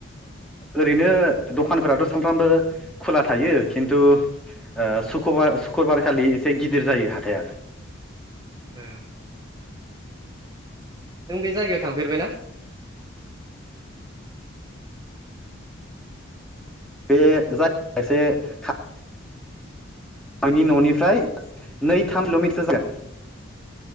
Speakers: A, in the centre; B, on the right.
A: ओरैनो दखानफोराथ' सानफ्रामबो खुला थायो खिन्थु ओ सुखबार सुक्रुबारखालि एसे गिदिर जायो हाथाया
B: उम नों बे जायगायाव थांफेरबायनाा
A: बे जायग खायसे था आंनि न'निफ्राय नै थामल'मिटसो जागोन